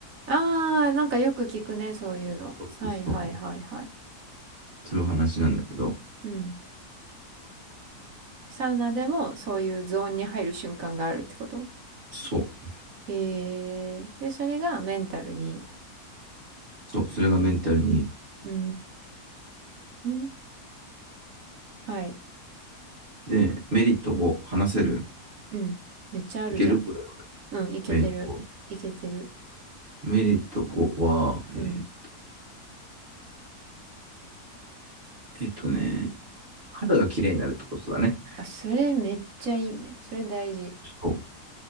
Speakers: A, on the right (about 65°); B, on the right (about 40°).
A: ああ、なんかよく聞くね、そういうの。
B: そうそうそう。
A: はいはいはいはい。
B: そういう話なんだけど、
A: うん。サウナでもそういうゾーンに入る瞬間があるってこと
B: そう。
A: へえ。で、それがメンタルにいいんだ。
B: そう、それがメンタルに。
A: うーん。はい。
B: で、メリット5、話せる
A: うん。うん。めっちゃあるじゃん。
B: いけるこれは。
A: うん。いけてる。
B: メリット5。
A: いけてる。
B: メリット5は、
A: うん。
B: えーえっとね、肌が綺麗になるってことだね。
A: あ、それめっちゃいいね。それ大事。
B: そう。